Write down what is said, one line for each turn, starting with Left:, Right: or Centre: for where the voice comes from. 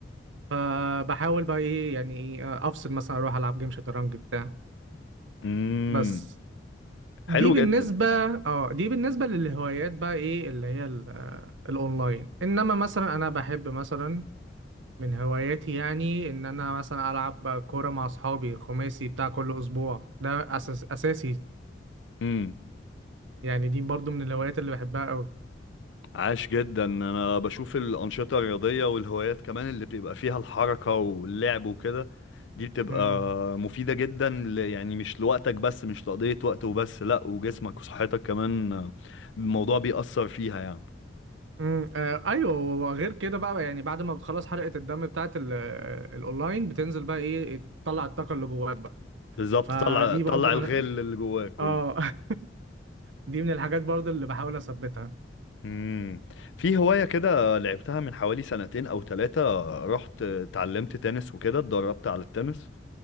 Right: فبحاول بقى ايه يعني إيه، افصل مثلا اروح العب جيم شطرنج بتاع
Left: امم
Right: بس دي
Left: حلو
Right: بالنسبة
Left: جدا
Right: اه دي بالنسبة للهوايات بقى ايه اللي هي ال- آه، الاونلاين انما مثلا انا بحب مثلا من هواياتي يعني ان انا مثلا العب كوره مع اصحابي خماسي بتاع كل اسبوع ده أساس اساسي
Left: امم
Right: يعني دي برضو من الهوايات اللي بحبها قوي
Left: عاش جدا انا بشوف الانشطه الرياضيه والهوايات كمان اللي بيبقى فيها الحركه واللعب وكده دي بتبقى
Right: امم
Left: مفيده جدا ل... يعني مش لوقتك بس مش لقضيه وقت وبس لا وجسمك وصحتك كمان آه، الموضوع بيأثر فيها يعني
Right: امم آه ايوه وغير كده بقى يعني بعد ما بتخلص حلقه الدم بتاعت ال- آه، الاونلاين بتنزل بقى ايه تطلع الطاقه اللي جواك بقى
Left: بالظبط
Right: فدي
Left: طلع طلع
Right: برضو من
Left: الغل اللي جواك كله
Right: اه <laughs> دي من الحاجات برضو اللي بحاول اثبتها
Left: امم في هواية كده لعبتها من حوالي سنتين او ثلاثة رحت اتعلمت تنس وكده اتدربت على التنس